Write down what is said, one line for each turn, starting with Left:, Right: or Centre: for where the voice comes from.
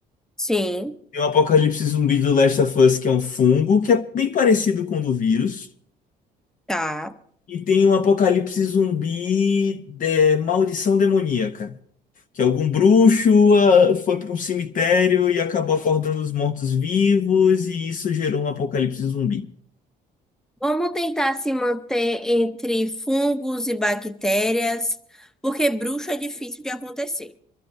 Centre: sim,
Left: Tem o apocalipse zumbi do Last of Us, que é um fungo, que é bem parecido com o do vírus.
Centre: tá.
Left: E tem o apocalipse zumbi de maldição demoníaca, que algum bruxo ah, foi para um cemitério e acabou acordando os mortos-vivos, e isso gerou um apocalipse zumbi.
Centre: Vamos tentar se manter entre fungos e bactérias, porque bruxo é difícil de acontecer.